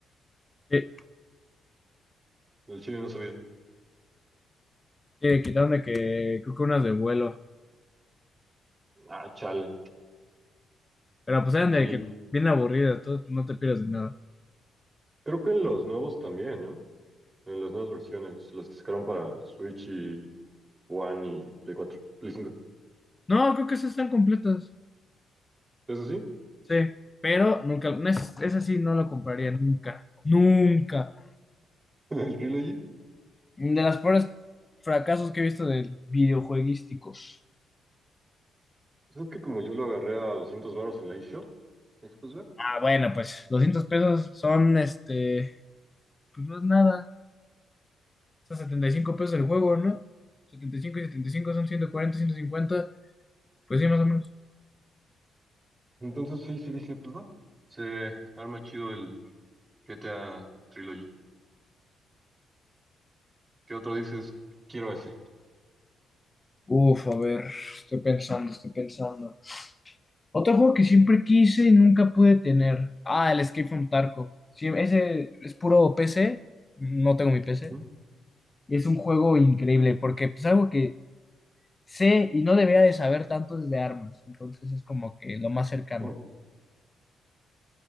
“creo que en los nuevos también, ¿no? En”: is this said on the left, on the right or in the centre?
Right